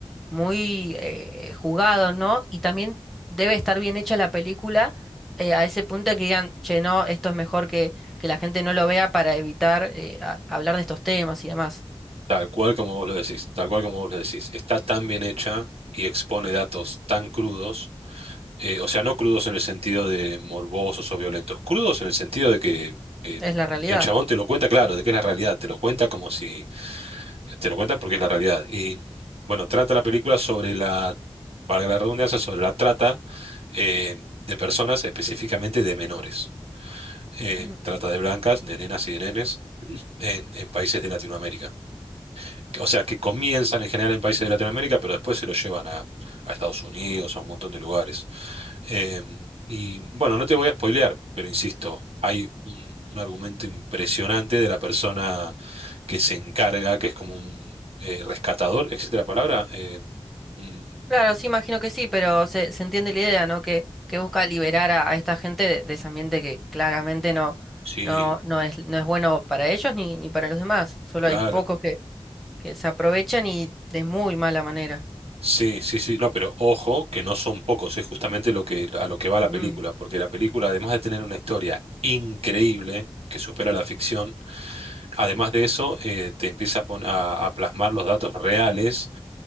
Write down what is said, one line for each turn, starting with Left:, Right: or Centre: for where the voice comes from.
Centre: muy eh, jugados, ¿no? Y también debe estar bien hecha la película eh, a ese punto de que digan, che, no, esto es mejor que, que la gente no lo vea para evitar eh, a- hablar de estos temas y demás.
Right: tal cual como vos lo decís, tal cual como vos lo decís. Está tan bien hecha y expone datos tan crudos, eh, o sea, no crudos en el sentido de morbosos o violentos, crudos en el sentido de que eh,
Centre: Es la realidad.
Right: el chabón te lo cuenta claro, de que es la realidad, te lo cuenta como si Te lo cuenta porque es la realidad. Y bueno, trata la película sobre la, valga la redundancia, sobre la trata eh, de personas, específicamente de menores. Eh,
Centre: Mm,
Right: trata de blancas, de nenas y de nenes en, en países de Latinoamérica. Que- O sea, que comienzan en general en países de Latinoamérica, pero después se lo llevan a, a Estados Unidos, a un montón de lugares. Eh, y bueno, no te voy a spoilear, pero insisto, hay un, un argumento impresionante de la persona que se encarga, que es como un eh, rescatador, etcétera, la palabra. Eh, un-
Centre: Claro, sí, imagino que sí, pero se, se entiende la idea, ¿no? Que, que busca liberar a, a esta gente de, de ese ambiente que claramente no,
Right: sí,
Centre: no, no es, no es bueno para ellos ni, ni para los demás. Solo
Right: claro.
Centre: hay pocos que, que se aprovechan y de muy mala manera.
Right: Sí, sí, sí, no, pero ojo que no son pocos, es justamente lo que, a lo que va la
Centre: Mm.
Right: película, porque la película, además de tener una historia increíble que supera la ficción, Además de eso, eh, te empieza a, pon- a- a plasmar los datos reales,